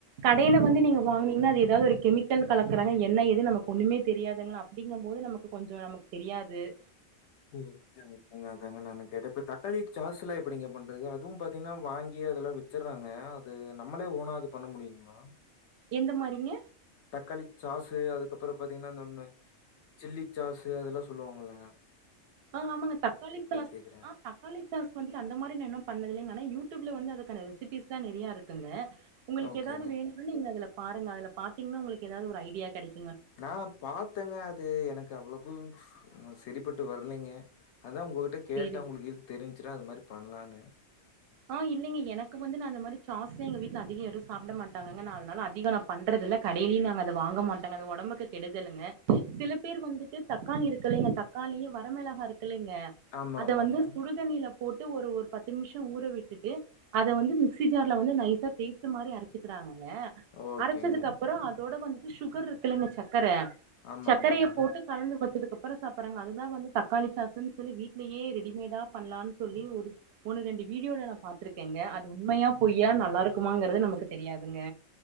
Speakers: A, on the right; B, on the left.
A: கடையில
B: ஓ!
A: வந்து நீங்க வாங்கனீங்கன்னா அது எதா ஒரு கெமிக்கல் கலக்கறாங்க என்ன எது நமக்கு ஒண்ணமே தெரியாதங்கள அ அப்டிங்கும் போது நமக்கு கொஞ்சோ நமக்கு தெரியாது இது
B: ஓ ஒகே ஒகேங்க அதாங்க நானு கேட்டே இப்ப தக்காளிட்டு சாஸ்செல்லா எப்டிங்க பண்றது அதுவு பாத்தீங்கன்னா வாங்கி அதெல்லா வெச்சிட்றாங்க அது நம்மளே ஓனா அது பண்ண முடியுங்களா
A: எந்த மாரிங்க
B: தக்காளி சாஸ்சு அதுக்கப்புறோ பார்த்தீங்கன்னா இன்னோன்னு அந்த சில்லி சாஸு அதெல்லா சொல்லுவாங்குல்ல
A: ஆஹ் ஆமாங்க தக்காளி தாஸ்
B: கேக்குறேன்?
A: ஆ ஆ தக்காளி சாசு வந்துட்டு அந்த மாரி நா இன்னு பண்ணதில்லிங்க யூடியூப்ல வந்து அதுக்கான ரெசிபிஸ் தா நெறைய இருக்குங்க உங்களுக்கு
B: ஓகேங்க.
A: ஏதாவது வேணுன்னா நீங்க அதுல பாருங்க அதுல பாத்தீங்கன்னா உங்களுக்கு ஏதாவது ஒரு ஐடியா கெடைக்கோ
B: நா பாத்தேங்க அது எனக்கு அவ்வளவுக்கும் செரி பட்டு வரலைங்க அத்தா உங்க கிட்ட கேட்டே
A: சேரி
B: உங்களுக்கு எதது தெரிஞ்சிட அது மாரி பண்ணலனு
A: ஆஹ் இல்லைங்க எனக்கு வந்து நா அந்த மாரி சாஸ்லா எங்க வீட்டுல அதிகோ யாரு சாப்பிட மாட்டாங்க நா அதனால அதிகோ நா பண்றது இல்ல கடையிலயு நாங்க அத வாங்க மாட்டோங்க டோங்க அது ஒடம்புக்கு கெடுதலுங்க சில பேர் வந்துட்டு தக்காளி இருக்குல்லலைங்க தக்காளியே வரமளகா இருக்கு ங்க
B: ஆமா,
A: அத
B: ஆமாங்க.
A: வந்து சுடுதண்ணியில போட்டு ஒரு ஒரு பத்து நிமிஷோ ஊர விட்டுட்டு அத வந்து மிக்சி ஜார்ல வந்து நைசா டேஸ்ட் மாரி அரைச்சுக்கறாங்க க
B: ஓகேங்க.
A: அரைச்சதுக்கு அப்புறோ அதோட வந்து சுகர் இருக்கு இல்லங்க சக்கர
B: ஆமா,
A: சர்க்கரைய
B: ஆமாங்க.
A: போட்டு கலந்து வச்சு அப்புறோ சாப்புட்றாங்க அதுதா வந்து தக்காளி சாசுன்னு சொல்லி வீட்லயே ரெடிமேடா பண்ணலாம்னு சொல்லி ஒரு ஒன்னு ரெண்டு வீடியோல நா பாத்திருக்கேங்க அது உண்மையா பொய்யான்னுல்லா நல்லாருக்குமாங்கறது நமக்கு தெரியாதுங்க